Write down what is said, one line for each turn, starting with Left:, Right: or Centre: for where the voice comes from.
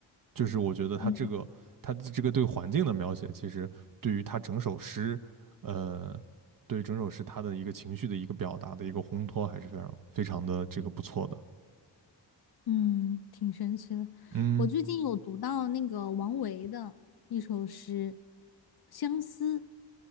Right: 就是我觉得他这个他这个对环境的描写，
Left: 嗯。
Right: 其实对于他整首诗，呃，对于整首诗他的一个情绪的一个表达的一个烘托，还是非常非常的这个不错的。
Left: 嗯，挺神奇的。
Right: 嗯。
Left: 我最近有读到那个王维的一首诗《相思》，